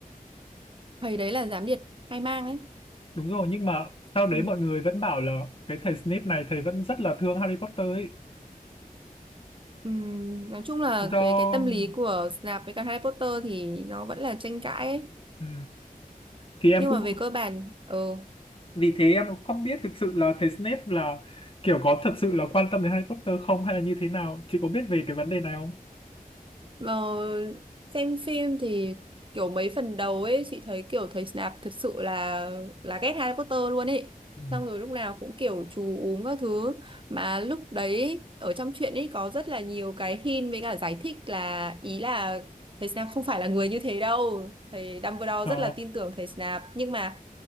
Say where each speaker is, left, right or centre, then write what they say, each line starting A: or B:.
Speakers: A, on the right (about 35°); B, on the left (about 35°).
A: thầy đấy là gián điệp hai mang ấy
B: đúng rồi nhưng mà sau đấy
A: ừ.
B: mọi người vẫn bảo là cái thầy Snape này thầy vẫn rất là thương Harry Potter ấy
A: Ừm, nói chung là
B: do
A: cái cái tâm lý của Snape với cả Harry Potter thì nó vẫn là tranh cãi ấy.
B: ừ. thì em
A: Nhưng
B: cũng
A: mà về cơ bản ờ
B: vì thế em cũng không biết thực sự là thầy Snape là kiểu có thật sự là quan tâm đến Harry Potter không hay là như thế nào chị có biết về cái vấn đề này không
A: mà xem phim thì kiểu mấy phần đầu ấy chị thấy kiểu thầy Snape thật sự là là ghét Harry Potter luôn ấy.
B: Ừ.
A: Xong rồi lúc nào cũng kiểu chú uống các thứ mà lúc đấy ở trong truyện ấy có rất là nhiều cái hint với cả giải thích là ý là thầy Snape không phải là người như thế đâu. Thầy Dumbledore
B: Ờ,
A: rất là tin tưởng thầy Snape nhưng mà